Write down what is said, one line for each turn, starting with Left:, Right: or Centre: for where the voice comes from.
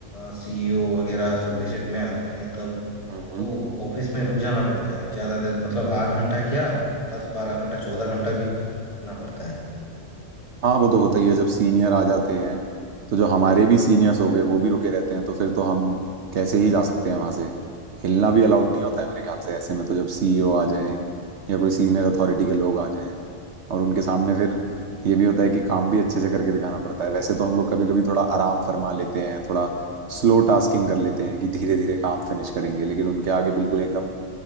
Left: सीईओ वगैरह सब विजिट में आते हैं तब
Right: है हम्म
Left: तो ऑफिस में रुक जाना पड़ता है ज्यादा देर मतलब आठ घंटा क्या दस बारह घंटा चौदह घंटा भी रुकना पड़ता है
Right: हाँ वो तो होता ही है जब सीनियर आ जाते हैं तो जो हमारे भी सीनियर्स हो गए वो भी रुके रहते हैं तो फिर तो हम कैसे ही जा सकते हैं वहां से हिलना भी अलाउड नहीं होता है मेरे ख्याल से ऐसे में तो जब सीईओ आ जाए या कोई सीनियर अथॉरिटी के लोग आ जाएं और उनके सामने फिर ये भी होता है कि काम भी अच्छे से करके दिखाना पड़ता है वैसे तो हम लोग कभी कभी थोड़ा आराम फरमा लेते हैं थोड़ा स्लो टास्किंग कर लेते हैं कि धीरे धीरे काम फिनिश करेंगे लेकिन उनके आगे बिल्कुल एकदम